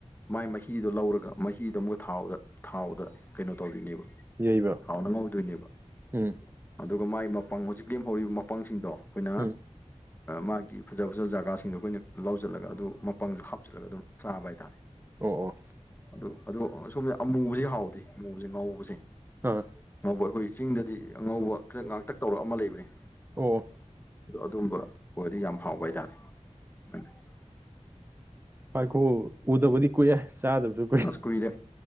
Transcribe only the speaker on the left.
ꯃꯥꯏ ꯃꯍꯤꯗꯨꯣ ꯂꯧꯔꯒ ꯃꯍꯤꯗꯣ ꯑꯃꯨꯛꯀ ꯊꯥꯎꯗ ꯊꯥꯎꯗ ꯀꯩꯅꯣ ꯇꯧꯔꯤꯅꯦꯕ
ꯊꯥꯎꯅ ꯉꯧꯗꯣꯏꯅꯦꯕ
ꯑꯗꯨꯒ ꯃꯥꯏ ꯃꯄꯥꯡ ꯍꯧꯖꯤꯛ ꯂꯦꯝꯍꯧꯔꯤꯕ ꯃꯄꯥꯡꯁꯤꯡꯗꯣ ꯑꯩꯈꯣꯏꯅ
ꯃꯥꯒꯤ ꯐꯖ ꯐꯖꯕ ꯖꯒꯥ ꯁꯤꯡꯗꯣ ꯑꯩꯈꯣꯏꯅ ꯂꯧꯁꯤꯜꯂꯒ ꯑꯗꯨ ꯃꯄꯪꯗ ꯍꯥꯞꯆꯤꯜꯂꯒ ꯑꯗꯨꯝ ꯆꯥꯕ ꯍꯥꯏꯇꯥꯔꯦ
ꯑꯗꯨ ꯑꯗꯣ ꯁꯣꯝꯗ ꯑꯃꯨꯕꯕꯁꯤ ꯍꯥꯎꯗꯦ ꯑꯃꯨꯕꯁꯤ ꯉꯧꯕꯁꯦ
ꯑꯉꯧꯕ ꯑꯩꯈꯣꯏ ꯆꯤꯡꯗꯗꯤ ꯑꯉꯧꯕ ꯈꯤꯇ ꯉꯥꯛꯇꯛ ꯇꯧꯔꯛ ꯑꯃ ꯂꯩꯕꯅꯤ
ꯑꯗꯣ ꯑꯗꯨꯝꯕ ꯑꯣꯏꯔꯗꯤ ꯌꯥꯝ ꯍꯥꯎꯕ ꯍꯥꯏꯇꯥꯔꯦ <unintelligible>
ꯑꯁ ꯀꯨꯏꯔꯦ